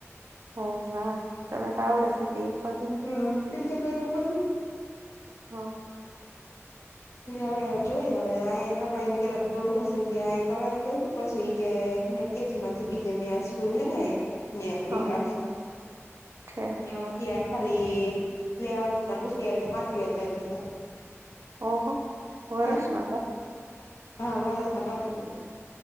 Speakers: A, on the right; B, on the left.
A: હો હ તને તો આ આવડે છે હતી પછી નથી.
B: હા એ તો કઈ ઉપર
A: હા.
B: એ હવે જોઈ હવે અહીં ન કઈ બોડ હશે કે અ કરાવી લેવું પછી ઇ કે કે જેમાંથી બીજે ન્યા સ્કૂલ હે નયા
A: હા
B: બેહાદળ સે.
A: છે
B: નયા
A: હા
B: ખાલી પ્લે હાઉસ ના પૂશી આવી તો પાંત્રીસ હજાર કીધા.
A: ઓહો હો વર્ષ
B: કઈ
A: ના હ?
B: હા વર્ષ ના પાત્રીસ હજાર.